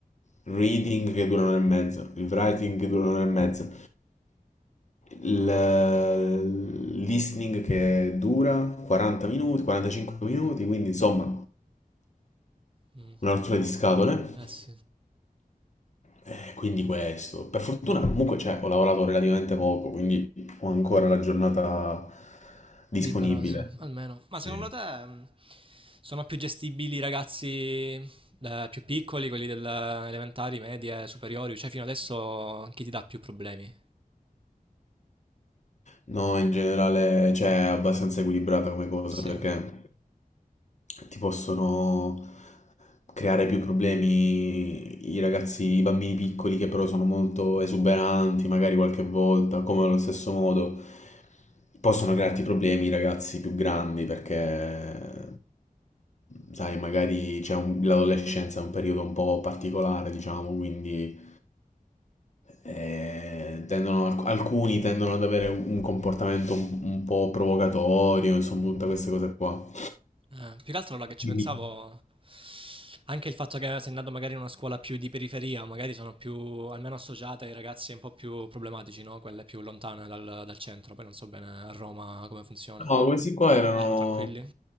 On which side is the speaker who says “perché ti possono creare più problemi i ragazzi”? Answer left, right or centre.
Left